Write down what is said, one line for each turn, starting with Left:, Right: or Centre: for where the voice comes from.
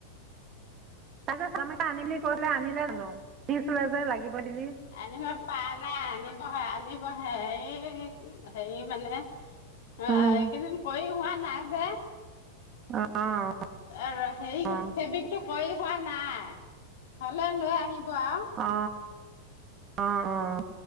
Right: তাক যে চাম একা আনিলি কলে আনিলে জানো, দিছিলে যে লাগিব বুলি।
Left: আনিব পা নাই আনিব আনিব হে এ হেৰি মানে অ
Right: উম
Left: এইকেইদিন কৰি হোৱা নাই যে।
Right: অ'।
Left: আৰু হেৰি
Right: অ
Left: ফেব্ৰিকটো কৰি হোৱা নাই। হলে লৈ আহিব আও।
Right: অ, অ, অ।